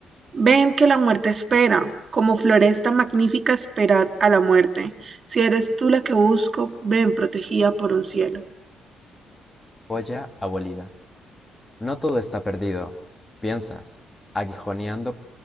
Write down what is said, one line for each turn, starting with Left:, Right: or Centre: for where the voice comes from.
Right: Ven que la muerte espera, como floresta magnífica esperad a la muerte. Si eres tú la que busco, ven protegida por un cielo.
Left: Joya abolida. No todo está perdido, piensas, aguijoneando